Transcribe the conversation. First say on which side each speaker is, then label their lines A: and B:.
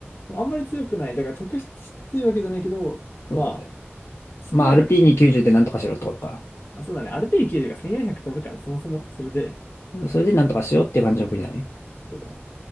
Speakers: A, on the left (about 60°); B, on the left (about 75°).
A: あんまり強くない。だから特筆して強いわけじゃないけど、まあ、
B: そうだね。
A: 少ないわけじゃん。
B: まあ、アルピーニ90でなんとかしろってことか。
A: あ、そうだね。アルペン90が1400飛ぶから、そもそもそれで、
B: それでなんとかしようっていう感じの国だね。
A: なんだそうだね。